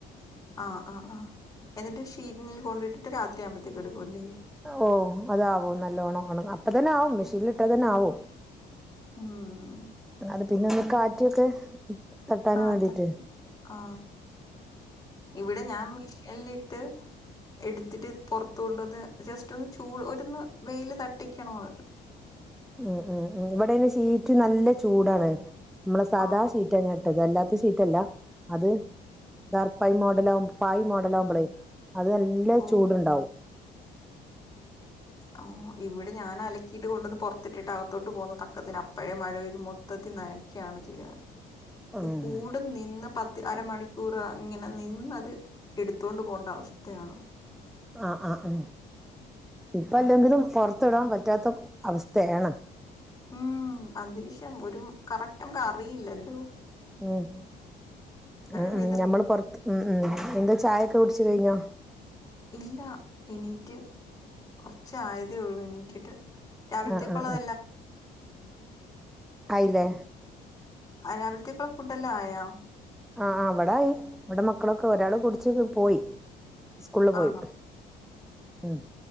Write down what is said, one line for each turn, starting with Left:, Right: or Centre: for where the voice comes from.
Left: ആ ആ ആ എന്നിട്ട് ഷീറ്റിനിൽ കൊണ്ടിട്ടിട്ട് രാത്രി ആകുമ്പഴത്തേക്ക് എട്ക്കൂല്ലേ
Centre: ഓ അതാവും നല്ലോണം ഓണങ്ങ അപ്പ തെന്നാവും മെഷീനിലിട്ടാ തെന്നാവും..
Left: ഉം
Centre: അത് പിന്നൊന്ന് കാറ്റൊക്കെ തട്ടാനും
Left: ആ
Centre: വേണ്ടിട്ട്
Left: ത ആ ഇവിടെ ഞാൻ മെഷിൻ എല്ലിട്ട് എടുത്തിട്ട് പുറത്ത് കൊണ്ട്ന്ന് ജസ്റ്റൊന്ന് ചൂട് ഒരൊന്ന് വെയിൽ തട്ടിക്കണോല്ലോ
Centre: ഉം ഉം ഉം ഇവിടെ യ്ന് ഷീറ്റ് നല്ല ചൂടാണ് നമ്മളെ സാധാ
Left: ആ
Centre: ഷീറ്റെന്നെട്ടത് അല്ലാത്ത ഷ്റ്റ് ഷിറ്റല്ല അത് ദർപ്പായി മോഡലകും പായ് മോഡലകുമ്പളെ അത് നല്ല
Left: ഓ
Centre: ചൂട്ണ്ടാവും
Left: ആ ഇവിടെ ഞാനലക്കിട്ട് കൊണ്ടന്ന് പുറത്തിട്ടിട്ട് അകത്തോട്ട് പോകുന്ന തക്കത്തിന് അപ്പഴേ മഴ പെയ്ത് മൊത്തത്തി നനക്കിയാണ് ചെയ്യാർ
Centre: ആഹ്
Left: ഇ കൂട് നിന്ന് പ തി അരമണിക്കൂർ ഇങ്ങനെ നിന്നത് എടുത്തോണ്ട് പോണ്ട അവസ്ഥയാണ്
Centre: ആ ആ ആ ഇപ്പല്ലെങ്കിലും പുറാത്തിടൻ പറ്റാത്ത അവസ്ഥയാണ്
Left: ഉം... അന്തീക്ഷം ഒരു കറക്റ്റ് നമ്മുക്കാക്കറിയില്ലല്ലോ
Centre: ഉം അ
Left: പെയ്ത
Centre: അ ഞമ്മള്
Left: പിന്നെ
Centre: പുറത്ത് അ അ എന്താ ചായൊക്കെ കുടിച്ചു കഴിഞ്ഞോ
Left: ഇല്ല എണീറ്റ് കുറച്ച ആയതേ ഉള്ളു എണീറ്റ് ട്ട് രാവിലത്തേക്കള്ളതല്ലാം
Centre: ആഹ് ആഹ് അയില്ല..
Left: രാവിലത്തേക്കുള്ള ഫുഡ് എല്ലാം ആയോ
Centre: ആ അവിടെയി ഇവിടെ മക്കളൊക്കെ ഒരാൾ കുടിച്ച് പോയി സ്കൂളിൽ പോയി
Left: ആണോ
Centre: ഉം